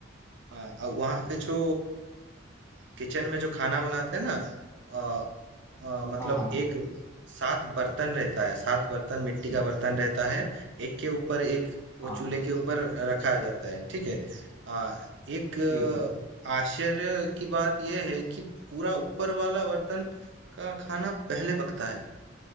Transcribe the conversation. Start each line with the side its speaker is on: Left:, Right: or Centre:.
Right: हाँ, अ, वहाँ पे जो किचन में जो खाना बनाते हैं ना अ, अ, मतलब
Left: हाँ हाँ
Right: एक सात बर्तन रहता है सात बर्तन मिट्टी का बर्तन रहता है एक के ऊपर एक वो
Left: हाँ
Right: चूल्हे के ऊपर रखा जाता है ठीक है आ, एक अ,
Left: ठीक है
Right: आश्चर्य की बात यह है कि पूरा ऊपर वाला बर्तन का खाना पहले पकता है